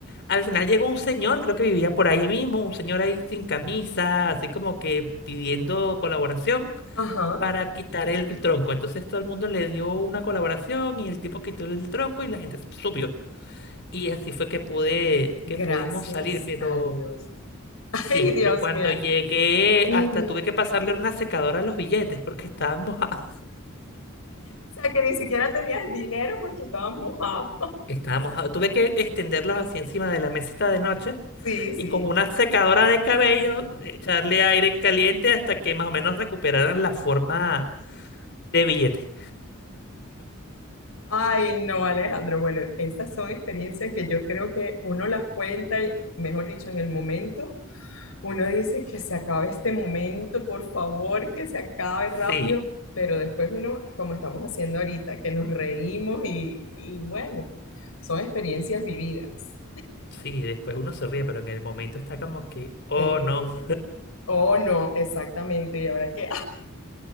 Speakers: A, on the left; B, on the left.
A: al final llegó un señor, creo que vivía por ahí mismo, un señor ahí sin camisa, así como que pidiendo colaboración.
B: Ajá.
A: para quitar el tronco. Entonces todo el mundo le dio una colaboración y el tipo quitó el tronco y la gente subió. Y así fue que pude,
B: Gracias
A: que pudimos salir, pero
B: a Dios. <laughs>
A: sí,
B: Ay, Dios
A: pero cuando
B: mío.
A: llegué
B: Ujú.
A: hasta tuve que pasarle una secadora a los billetes porque estaban mojados.
B: O sea, que ni siquiera tenías dinero porque estabas mojado.
A: <laughs> Estaban mojados. Tuve que extenderlos así encima de la mesita de noche
B: Sí, sí.
A: y con una secadora de cabello echarle aire caliente hasta que más o menos recuperaran la forma de billete.
B: Ay, no, Alejandro. Bueno, estas son experiencias que yo creo que uno las cuenta, y, mejor dicho, en el momento, Uno dice que se acabe este momento, por favor, que se acabe rápido,
A: Sí,
B: pero después uno, como estamos haciendo ahorita, que nos reímos y, y bueno, son experiencias vividas.
A: sí, después uno se ríe, pero en el momento está como que, oh
B: Terrible.
A: no.
B: Oh, no, exactamente. Y ahora que,